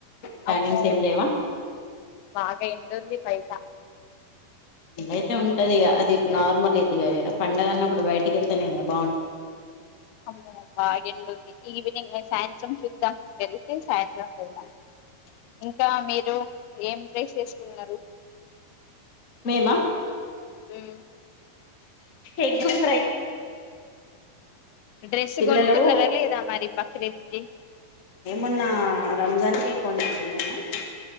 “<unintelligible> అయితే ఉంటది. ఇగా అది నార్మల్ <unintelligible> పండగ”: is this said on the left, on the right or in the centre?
Left